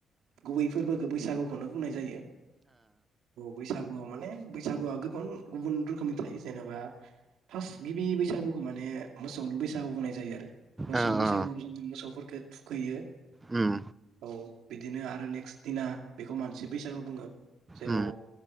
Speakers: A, on the right; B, on the right.
A: गुबै फोरबोखौ बैसागुखौनो बुंनाय जायो। औ बैसागुआव माने बैसागु आ गोबां गुबुन रोखोमनि थायो। जेनेबा फार्स्ट गिबि बैसागुखौ माने मोसौनि बैसागु। बुंनाय जयो आरो मोसौ
B: ओ
A: बैसागुआव
B: ओ
A: जों मोसौफोरखौ। थुखैयो।
B: उम।
A: औ बिदिनो आरो नेक्स्ट दिना बेखौ मानसि बैसागु बुङो। जेराव
B: उम